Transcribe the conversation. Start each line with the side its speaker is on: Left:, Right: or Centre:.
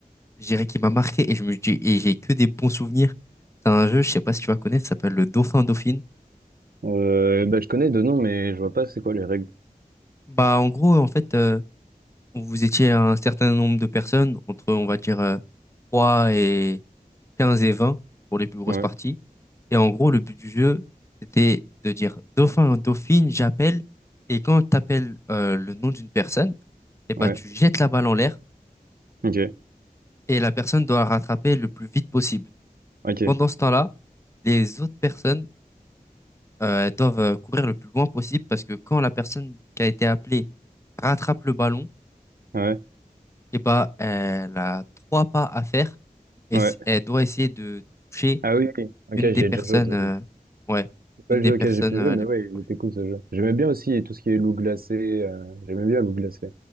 Left: je dirais qui m'a marqué et je me dis, et j'ai que des bons souvenirs. C'est un jeu, je sais pas si tu vas connaître, ça s'appelle le Dauphin Dauphine.
Right: Euh, bah, je connais deux noms, mais je vois pas c'est quoi les règles.
Left: Bah, en gros, en fait, euh, Vous étiez un certain nombre de personnes, entre, on va dire, euh, 3 et 15 et 20 pour les plus grosses
Right: Ouais,
Left: parties. Et en gros, le but du jeu, c'était de dire dauphin, dauphine, j'appelle. Et quand tu appelles euh, le nom d'une personne, eh ben,
Right: ouais.
Left: tu jettes la balle en l'air
Right: Ok,
Left: et la personne doit rattraper le plus vite possible.
Right: ok.
Left: Pendant ce temps-là, les autres personnes euh, elles doivent euh, courir le plus loin possible parce que quand la personne qui a été appelée rattrape le ballon,
Right: Ouais,
Left: eh bah, elle a trois pas à faire et
Right: ouais.
Left: c- elle doit essayer de toucher
Right: Ah oui, oui. Ok,
Left: une des
Right: j'y
Left: personnes,
Right: ai déjà joué. ça.
Left: euh, ouais,
Right: C'est pas
Left: une
Right: le
Left: des
Right: jeu
Left: personnes
Right: auquel j'ai pu
Left: euh,
Right: jouer, mais
Left: les
Right: ouais,
Left: plus proches.
Right: il était cool ce jeu. J'aimais bien aussi tout ce qui est loup glacé. euh, J'aimais bien loup glacé.